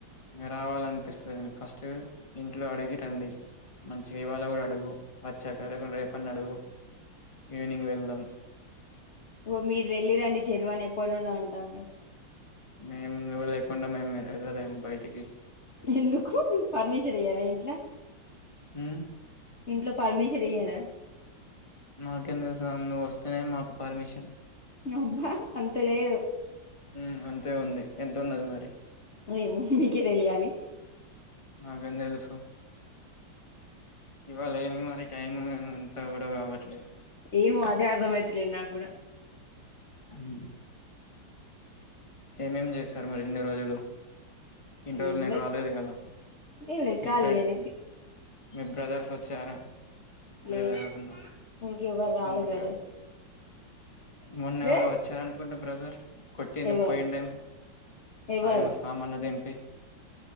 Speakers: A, on the left; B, on the left.
A: రావాలనిపిస్తుందిం ఫస్ట్ ఇంట్లో అడిగి రండి మంచిగఇవాళకూడా అడుగు వచ్చాకలెకుంటె రేపన్నఅడుగు ఈవినింగ్ వెళ్దాం
B: ఓ మీరు వెళ్ళిరండి శెరువాని ఎప్పటి నుండి అంటాంది
A: మేము నువ్వు లేకుండమేము వెళ్ళలేము బయటికి
B: ఎందుకు పర్మిషన్ ఇయ్యారఇంట్లో
A: ఉ
B: ఇంట్లో పర్మిషన్ ఇయ్యార
A: మాకేంతెలుసునువ్వు వస్తేనే మాకు పర్మిషన్
B: అబ్బా అంత లేదు
A: ఉఅంతే ఉంది ఎంతున్నది మరి
B: యెమొమీకే తెలియాలి
A: నాకెంతెలుసు ఇవాళ ఏమి మరి టైం అంత్త కూడ కావట్లేదు
B: ఏమో అదే అర్థమైతలేదు నాకు కూడ
A: ఉ ఏమేం చేస్తారు మరిన్ని రోజులు ఇన్ని రోజులు
B: ఏం
A: నేను
B: లేదు
A: రాలేదు కద
B: నేను లెక్కాలి
A: మీ ఫ్రెండ్
B: అని
A: మీ బ్రదర్స్ వచ్చారా లేద
B: లేదు
A: ఎవరన్నా
B: ఇంకెవరు రాలే
A: ఎందుకు
B: బ్రదర్స్
A: రావ్ మొన్న
B: రే
A: ఎవరొవచ్చారు అనుకుంట బ్రదర్ కొట్టి
B: ఎవరు
A: పోయిండేమో
B: ఎవరు
A: అవేమో సామాడ్లు దింపి